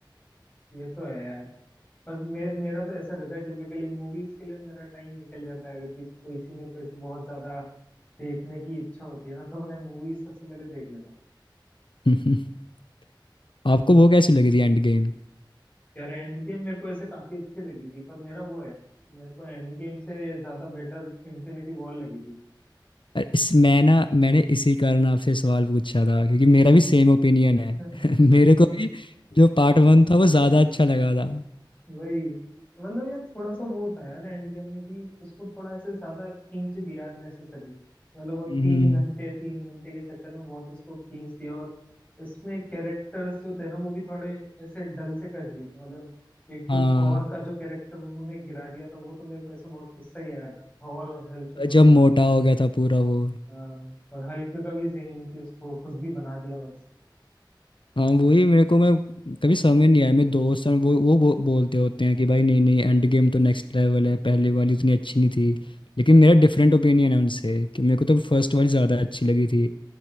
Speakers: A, on the left; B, on the left.
A: ये तो है यार पर मे, मेरा तो ऐसा रहता है टिपिकली मूवीज के लिए मेरा टाइम निकल जाता है अगर किसी कोई सी मेरे को ऐसे बहुत ज्यादा देखने की इच्छा होती है ना तो मैं मूवीज सबसे पहले देख लेता हूँ
B: <laughs> आपको वो कैसी लगी थी एंड गेम
A: यार एंड गेम मेरे को ऐसे काफी अच्छी लगी थी पर मेरा वो है कि मेरे को एंड गेम से ज्यादा बेटर इन्फिनिटी वॉर लगी थी
B: अरे इस मैं ना मैंने इसी कारण आपसे सवाल पूछा था क्योंकि मेरा भी सेम ओपिनियन है
A: <laughs>
B: <laughs> मेरे को भी जो पार्ट वन था वो ज़्यादा अच्छा लगा था
A: वही मतलब यार थोड़ा सा वो था यार एंड गेम में कि उसको थोड़ा ऐसे ज्यादा खींच दिया अननेसेसरी मतलब वो तीन
B: हम्म
A: घंटे तीन घंटे के चक्कर में बहुत उसको खींच दिया और इसमें कैरेक्टर्स जो थे ना वो भी थोड़े ऐसे डल से कर दिए थे मतलब एक तो
B: हाँ
A: थॉर का जो कैरेक्टर उन्होंने गिरा दिया था वो तो मेरे को ऐसे बहुत गुस्सा ही आया था थॉर और हल्क दोनों
B: जब
A: को
B: मोटा
A: ही
B: हो गया था पूरा वो
A: हाँ, और हल्क का भी सेम कि उसको कुछ भी बना दिया बस
B: हाँ वही मेरे को मैं कभी समझ नहीं आया मेरे दोस्त हैं वो वो बो, बोलते होते हैं कि भाई नहीं नहीं एंड गेम तो नेक्स्ट लेवल है पहले वाली उतनी अच्छी नहीं थी लेकिन मेरा डिफरेंट ओपिनियन है उनसे कि मेरे को तो फर्स्ट वाली ज़्यादा अच्छी लगी थी